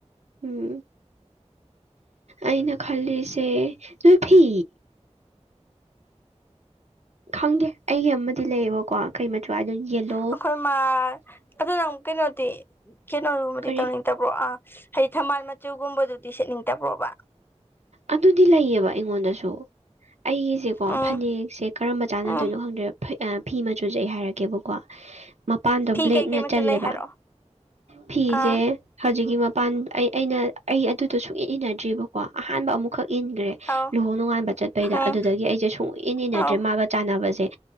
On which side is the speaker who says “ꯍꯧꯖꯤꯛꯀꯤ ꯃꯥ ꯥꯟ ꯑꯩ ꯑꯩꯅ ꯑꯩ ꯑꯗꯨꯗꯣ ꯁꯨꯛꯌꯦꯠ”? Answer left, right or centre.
Right